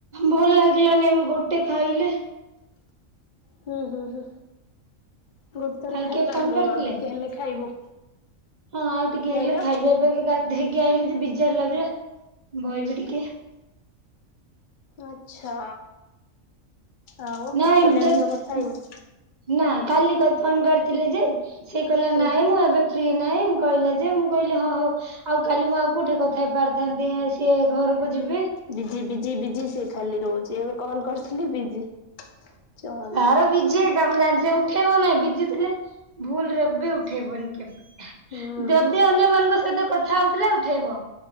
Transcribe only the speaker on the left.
ହୁଁ, ହୁଁ, ହୁଁ। ଗୋଟ ଥରେ
ଖାଇପାରିଲୁନୁ
ଆଉ ଟିକେ ହେଲେ ଖାଇବୁ।
ନାଇଁଲ।
ଆଛା, ଆଉ
କଲ୍ୟାଣୀ
ସହ କଥା ହେଇନୁ?
ହୁଁ
ବିଜି, ବିଜି, ବିଜି ସେ ଖାଲି ରହୁଛି। ଏବେ କଣ କରିଥିଲି ବିଜି, ଚଣ୍ଡୀ
ହୁଁ